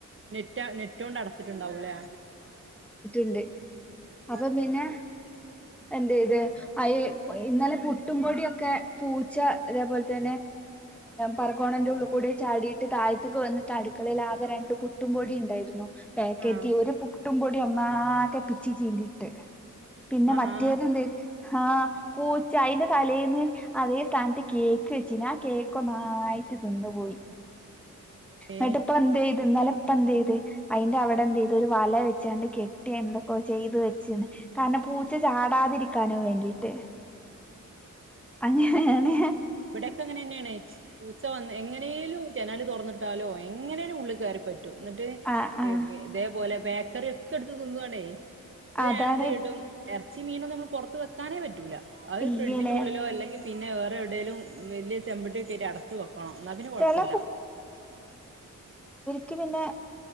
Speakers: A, on the right; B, in the centre.
A: നെറ്റ് നെറ്റ്ൊണ്ട് അടച്ചിട്ടുണ്ടാവൂലേ
B: ണ്ട്
A: ഉം ഉം
B: അപ്പൊ പിന്നെ എന്ത ഇത് അയ ഇന്നലെ പുട്ടുംപൊടിിയൊക്കെ ഒക്കെ പൂച്ച അതേപോലെ തെ പറഗോണന്റെ ഉള്ള കൂടെ ചാടിയിട്ട് തഴത്തേ വന്നട്ട് അടുക്കളിൽ ആകെ രണ്ട് പുട്ടുമോ ഉണ്ടായിരുന്നു പാക്കറ്റ്
A: ആഹ്
B: ഒരു ഇട്ടുംപൊടി ഒന്നകെ പിച്ചി ചീന്തിയിട്ട് പിന്നെ
A: ആഹ് ആഹ്
B: ഏതെന്ത് ഹാ പൂച്ച അയ്ന്റെ തലേന്ന് അതേ സ്താനത്ത് കേ ക്ക്ച്ചിനി ആ കേക്കൊന്നായ്ട്ട് തിന്ന് പോയി
A: ഏഹ്
B: ന്ന്ട്ട്പ്പ ന്തെയ്ത് ഇന്നലെ ഇപ്പ എന്തെയ്ത് അയ്ന്റെ അവടെ എന്തെയ്ത് ഒര് വല വെച്ചാണ്ട് കെട്ടി എന്തൊക്കോ ചെയ്ത് വെച്ച്ണ് കാരണം പൂച്ച ചാടാതിരിക്കാനും വേണ്ടീട്ട്
A: അ ആ
B: അങ്ങനെങ്ങനെ
A: ഇവിടെക്കെ അങ്ങനെന്നേണ് പൂച്ച വന്ന് എങ്ങനേലും ജെനാല് തൊറന്ന്ട്ടാലോ എങ്ങനേലും ഉള്ള് കേറി പറ്റും ന്ന്ട്ട്
B: ആഹ് ആഹ്
A: ഇതേപോലെ ബേക്കറി ഒക്കെ ട്ത്ത് തിന്നുവാണേ ഇപ്പ
B: അതാണ്
A: ഞാനെന്ത് ചെയ്ട്ടും എർച്ചിം മീനൊന്നുംമ്മള് പൊറത്ത് വെക് കാനേ പറ്റൂല അത്
B: ഇല്ല്യലേ
A: ഫ്രിഡ്ജിന്റെ ഉള്ളിലോ അല്ലെങ്കി പിന്നെ വേറെ വ്ടേലും വല്യ ചെമ്പട്ടിക്കെയ്ട്ട് അടത്ത് വെക്കണം ന്നാ പിന്നെ കൊഴപ്പല്ല
B: ചെല ക്ക് പിന്നെ